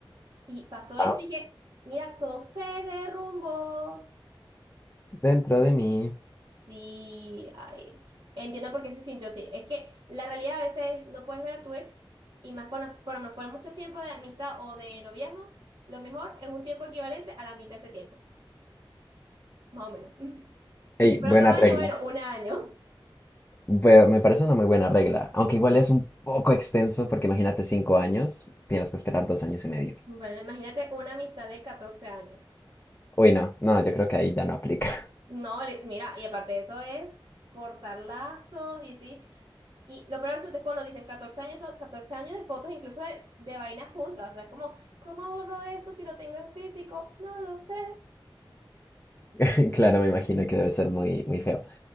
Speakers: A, on the right; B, on the left.
A: Y pasó
B: Ah,
A: esto y dije, mira, todo se derrumbó.
B: dentro de mí.
A: Sí, ay, entiendo por qué se sintió así. Es que la realidad a veces no puedes ver a tu ex y más cuando, por lo mejor mucho tiempo de amistad o de noviazgo, lo mejor es un tiempo equivalente a la mitad de ese tiempo, más o menos. <laughs> Y
B: Ey,
A: si fueron
B: buena
A: dos años,
B: regla.
A: bueno, un año. <laughs>
B: Bu- me parece una muy buena regla, aunque igual es un poco extenso porque imagínate cinco años, tienes que esperar dos años y medio.
A: Bueno, imagínate una amistad de 14 años.
B: Uy, no, no, yo creo que ahí ya no aplica.
A: No, li- mira, y aparte de eso es cortar lazos y así. Y lo peor es que cuando dices 14 años, son 14 años de fotos, incluso de, de vainas juntas. O sea, es como, ¿cómo borro eso si lo tengo en físico? No lo sé.
B: <laughs> Claro, me imagino que debe ser muy, muy feo.